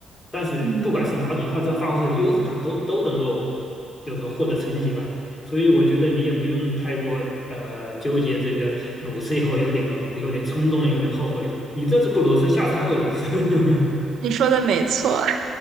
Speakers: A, on the left (about 25°); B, on the right (about 75°).
A: 但是不管是哪种，
B: 嗯，
A: 他只要发挥他的优势，他都都能够就是说获得成绩吧。所以我觉得你也不用太过呃纠结这个裸辞以后有点有点冲动，有点后悔。你这次不裸辞，下次还会裸辞。
B: 你说的没错。